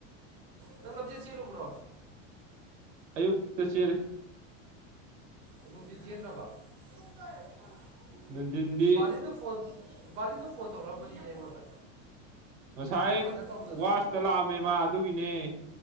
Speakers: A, on the right; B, on the right.
A: ꯆ ꯂꯝꯖꯦ ꯆꯦꯜꯂꯨꯕ꯭ꯔꯣ
B: ꯑꯌꯨꯛꯇꯛꯇ ꯆꯦ
A: ꯑꯗꯨꯝꯖꯤ ꯌꯦ꯭ꯔꯕꯦꯗ
B: ꯅꯨꯡꯊꯤꯟꯗꯤ
A: ꯐꯣꯟ ꯕꯥꯂꯤꯟꯗ ꯐꯣꯟ ꯇꯧꯔꯛꯑꯝꯕꯅꯤꯅꯦ ꯑꯩꯉꯣꯟꯗ
B: ꯉꯁꯥꯏ
A: ꯑꯗ ꯍꯜꯂ ꯇꯧꯕꯗꯁꯨ
B: ꯋꯥꯁꯇ ꯂꯥꯛꯑꯝꯃꯦ ꯃꯥ ꯑꯗꯨꯒꯤꯅꯦ